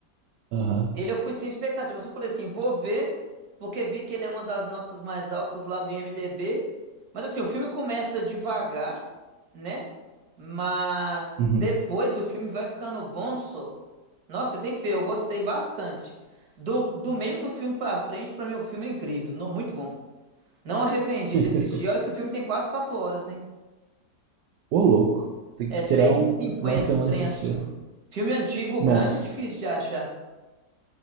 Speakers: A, on the right; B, on the right.
A: Aham.
B: Ele eu fui sem expectativa. Eu só falei assim, vou ver, porque vi que ele é uma das notas mais altas lá do IMDb. Mas assim, o filme começa devagar, né? Mas
A: Uhum.
B: depois o filme vai ficando bom, só. Nossa, você tem que ver, eu gostei bastante. Do, do meio do filme pra frente, pra mim o filme é incrível, não, muito bom. Não arrependi
A: <laughs>
B: de assistir. Olha que o filme tem quase 4 horas, hein?
A: Ô, louco. Tem
B: É
A: que
B: três
A: tirar um
B: e cinquenta,
A: final de semana
B: um trem
A: para
B: assim.
A: assistir.
B: Filme antigo,
A: Nossa,
B: grande, é difícil de achar.